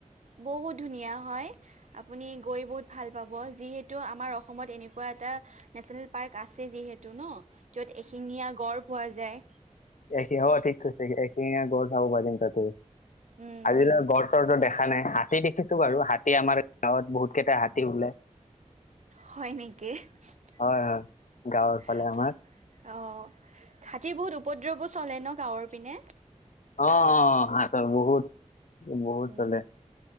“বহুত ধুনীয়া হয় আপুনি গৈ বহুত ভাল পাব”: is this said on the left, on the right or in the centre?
Right